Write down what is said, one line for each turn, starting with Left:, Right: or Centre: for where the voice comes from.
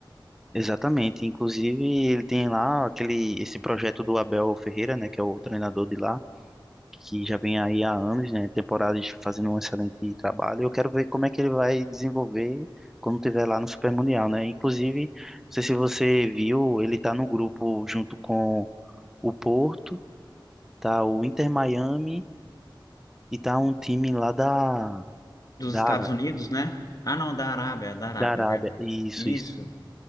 Centre: exatamente, inclusive ele tem lá aquele esse projeto do Abel Ferreira, né, que é o treinador de lá, que já vem aí há anos, né, temporadas fazendo um excelente trabalho. Eu quero ver como é que ele vai desenvolver quando tiver lá no Super Mundial, né? Inclusive, não sei se você viu, ele tá no grupo junto com o Porto, tá o Inter Miami e tá um time lá da
Left: Dos
Centre: da,
Left: Estados
Centre: Ara-
Left: Unidos, né? Ah, não, da Arábia, da Arábia,
Centre: da Arábia.
Left: é verdade.
Centre: Isso,
Left: Isso.
Centre: isso.